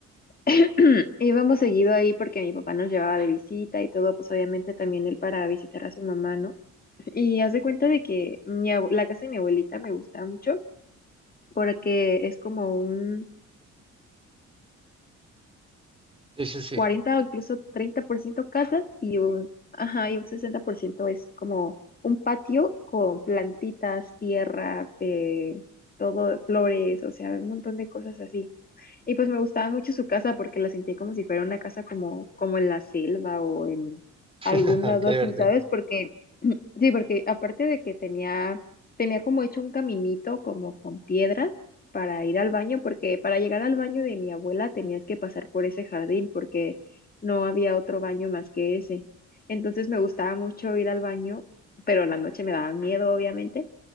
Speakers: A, on the left; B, on the right.
A: <clears throat> Íbamos seguido ahí porque mi papá nos llevaba de visita y todo, pues obviamente también él para visitar a su mamá, ¿no? Y haz de cuenta de que mi abu- la casa de mi abuelita me gusta mucho porque es como un
B: Sí, sí, sí.
A: 40 o incluso 30% casa y un, ajá, y un 60% es como un patio con plantitas, tierra, eh, todo, flores, o sea, un montón de cosas así. Y pues me gustaba mucho su casa porque la sentí como si fuera una casa como, como en la selva o en algún
B: <laughs>
A: lado
B: Qué
A: así,
B: divertido.
A: ¿sabes? Porque, <clears throat> sí, porque aparte de que tenía, tenía como hecho un caminito como con piedra para ir al baño, porque para llegar al baño de mi abuela tenías que pasar por ese jardín porque no había otro baño más que ese. Entonces me gustaba mucho ir al baño, pero en la noche me daba miedo, obviamente,